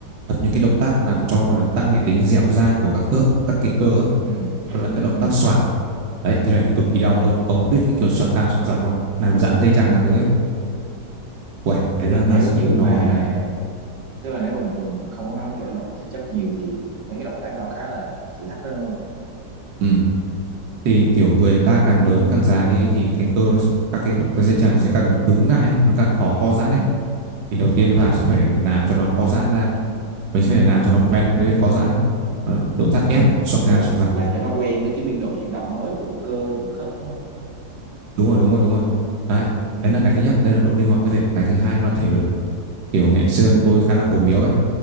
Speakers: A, on the right; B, on the right.
A: tập những cái động tác làm cho gọi là tăng cái tính dẻo dai của các khớp, các cái cơ ấy.
B: ừ
A: Đó là các động
B: ừ
A: tác xoạc. Đấy, cái này thì cực kỳ đau
B: à
A: luôn. Ông biết cái kiểu xoạc ngang xoạc dọc không? Làm giãn dây chằng
B: ừ
A: các thứ ấy. Uầy, đấy
B: tức là
A: nó
B: nếu
A: là
B: như
A: nó
B: mà
A: gọi là
B: tức là nếu bình thường mà không có vận động thể chất nhiều thì mấy cái động tác đó khá là thử thách đó đúng không
A: ừ. Thì kiểu người ta càng lớn càng già đi ấy, thì cái cơ nó sẽ các cái động tác dây chằng nó sẽ càng cứng lại ấy, nó càng khó co giãn ấy.
B: ừ
A: Thì đầu tiên
B: ừ
A: vào sẽ phải làm cho nó co giãn ra mình sẽ phải làm cho nó quen với việc co giãn đi Nó động tác ép
B: ừ.
A: xoạc
B: tức
A: ngang
B: là
A: xoạc dọc
B: là cho nó quen với cái biên độ chuyển động mới của cơ của khớp đúng không
A: đúng rồi đúng rồi đúng rồi đấy
B: ừ.
A: đấy là cái thứ nhất đây là độ linh hoạt cơ thể cái thứ hai nó là thể lực kiểu ngày xưa
B: Ừ.
A: tôi khá là ốm yếu ấy